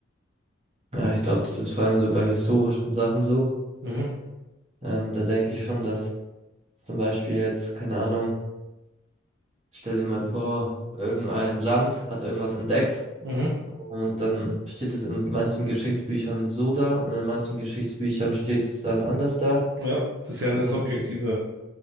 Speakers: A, on the right; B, on the right.
A: Ja, ich glaube, das ist vor allem so bei historischen Sachen so.
B: Mhm,
A: Ähm, da denke ich schon, dass zum Beispiel jetzt, keine Ahnung, Stell dir mal vor, irgendein Land hat irgendwas entdeckt
B: mhm,
A: und dann steht es in manchen Geschichtsbüchern so da und in manchen Geschichtsbüchern steht es dann anders da.
B: ja, das ist ja
A: Und
B: eine subjektive
A: dann,